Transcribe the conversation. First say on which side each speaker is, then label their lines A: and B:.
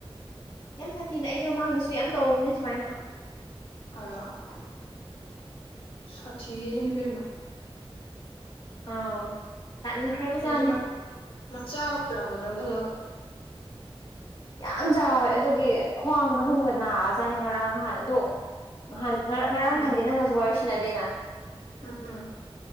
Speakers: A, on the left; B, on the left.
A: ꯌꯥꯝ ꯁꯥꯊꯤꯅ ꯑꯩꯗꯤ ꯃꯃꯥꯡꯗꯁꯨ ꯌꯥꯝ ꯇꯧꯕꯅꯦ ꯁꯨꯃꯥꯏꯅ
B: ꯑ ꯁꯥꯇꯤ ꯅꯩꯕꯃꯥ
A: ꯑꯥ ꯇꯟꯈ꯭ꯔꯕꯖꯥꯠꯅꯤ
B: ꯑꯩꯗꯤ ꯃꯆꯥ ꯑꯣꯏꯔꯝꯒꯗ꯭ꯔꯣ ꯈꯜꯂꯒ
A: ꯌꯥꯝ ꯆꯥꯎꯋꯦ ꯑꯗꯨꯒꯤ ꯈ꯭ꯋꯥꯡ ꯃꯅꯨꯡꯗ ꯅꯥꯑꯖꯥꯠꯅꯤ ꯉꯔꯥꯡ ꯉꯍꯥꯟ ꯑꯗꯣ ꯉꯍꯥꯟ ꯉꯔꯥꯡ ꯉꯔꯥꯡ
B: ꯎꯝ
A: ꯅꯍꯥꯟꯗꯤ ꯅꯪꯒꯁꯨ ꯋꯥꯔꯤ ꯁꯅꯗꯦꯅ
B: ꯎꯝ